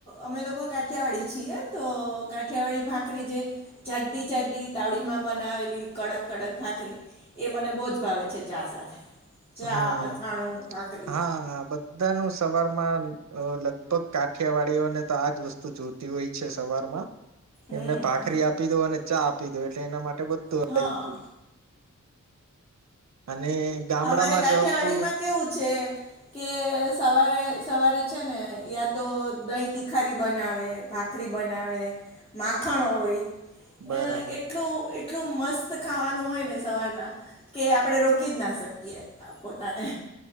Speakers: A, on the left; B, on the right.
A: અમે લોકો કાઠિયાવાડી છીએ તો વાળી ભાખરી જે જાડડી જાડડી તાવડીમાં બનાવેલી કડક કડક ભાખરી મને બહ જ ભાવે છે ચા સાથે ચા
B: હમ
A: અથાણું ભાખરી
B: હા બધા ન સવાર માં લગભગ કાઠિયાવાડીઓને તો આજ વસ્તુ જોત હોય છે સવારમાં
A: હમ
B: એમને ભાખરી આપી દો અને ચા આપી દો એટલે એના માટે બધું
A: હા
B: આવી ગયું અને ગામડામાં
A: અમારે કાઠિયાવાડી
B: જાવ તો
A: માં કેવું છે કે સવારે સવારે છે ને યા તો દહી તિખારી બનાવે ભાખરી બનાવે માખણો હોય
B: બરાબર
A: અ એટલું એટલું મસ્ત ખાવાનું હોય ને સવારના કે આપડે ર કી જ ના શકીએ પોતાને